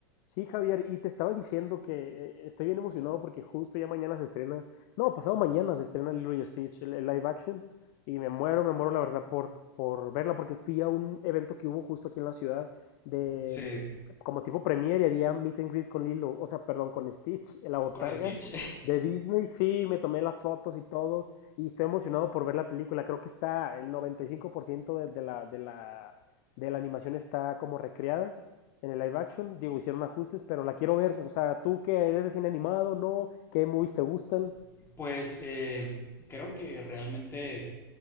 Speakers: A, on the left; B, on the left.
A: Sí, Javier, y te estaba diciendo que eh, estoy bien emocionado porque justo ya mañana se estrena, no, pasado mañana se estrena Lilo y Stitch, el, el live action, y me muero, me muero la verdad por, por verla, porque fui a un evento que hubo justo aquí en la ciudad de
B: Sí,
A: mm, como tipo premiere y había meet and greet con Lilo, o sea, perdón, con Stitch, en la botarga
B: con Stitch,
A: de Disney, sí, me tomé las fotos y todo, y estoy emocionado por ver la película, creo que está el 95% de, de la, de la, de la animación está como recreada en el live action. Digo, hicieron ajustes, pero la quiero ver. O sea, tú que eres de cine animado, ¿no? ¿Qué movies te gustan?
B: <laughs> pues eh, creo que realmente